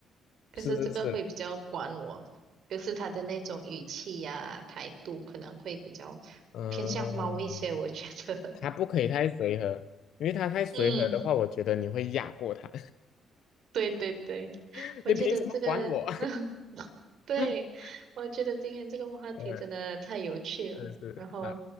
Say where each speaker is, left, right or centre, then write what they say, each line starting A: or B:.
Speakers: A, on the right (about 65°); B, on the left (about 75°).
A: 可是这个会比较管我，
B: 是是是。
A: 可是它的那种语气呀、态度可能会比较偏向猫一些，
B: 嗯，
A: 我觉得。<laughs>
B: 他不可以太随和，因为他太随和的话，
A: 嗯，
B: 我觉得你会压过他。
A: 对对对，
B: <laughs>
A: 我觉得这个，
B: 你凭什么管我？
A: <laughs> 对，
B: <laughs>
A: 我觉得今天这个话题真的太有趣了。
B: 嗯，是是，
A: 然后
B: 好，